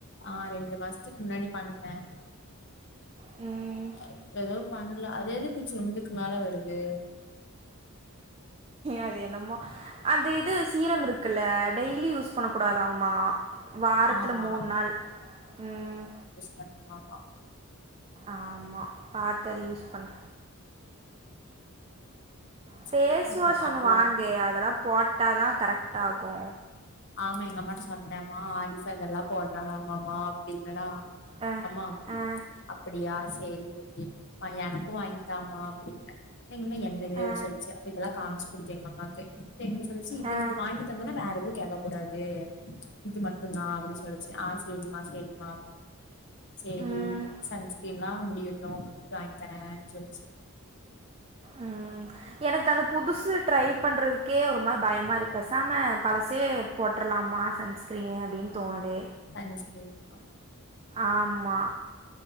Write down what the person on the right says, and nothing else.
ம்
அது என்னமோ அந்த இது சீரம் இருக்குல்ல டெய்லி யூஸ் யூஸ் பண்ணக்கூடாதமா வாரத்துல
மூண் நாள் ம்
ஆமா பாத்து அத யூஸ் பண்ணு ஃபேஸ்
வாஷ்
ஒன்னு வாங்கு
அதெல்லா போட்டா தா கரெக்ட் ஆகு
ஆ
ஆ
ஆ
ஆ
ம்
ம் எனக்கு அந்த புதுசு ட்ரை பண்றதுக்கே ஒரு மாரி பயமா இருக்கு பேசாம பழசே போட்றலாமா சன் ஸ்கிரீன்னு அப்டின்னு தோணுது
ஆமா